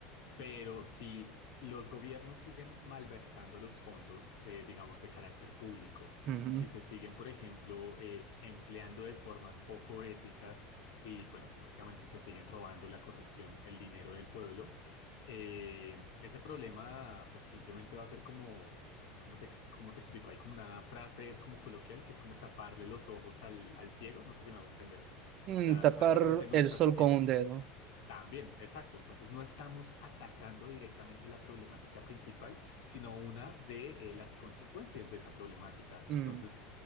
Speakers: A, on the left (about 65°); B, on the right (about 50°).
A: pero si los gobiernos siguen malversando los fondos, eh, digamos, de carácter público,
B: ujú.
A: si se siguen, por ejemplo, eh, empleando de formas poco éticas y, bueno, básicamente se siguen robando la corrupción, el dinero del pueblo, eh, ese problema, pues simplemente va a ser como, ¿cómo te, ex- cómo te explico? Hay como una frase como coloquial que es como taparle los ojos al, al ciego, no sé si me hago entender.
B: Mm,
A: O sea,
B: tapar
A: prácticamente no
B: el
A: estás
B: sol
A: haciendo.
B: con un dedo.
A: También, exacto. Entonces no estamos atacando directamente la problemática principal, sino una de eh, las consecuencias de esa problemática.
B: Mm,
A: Entonces,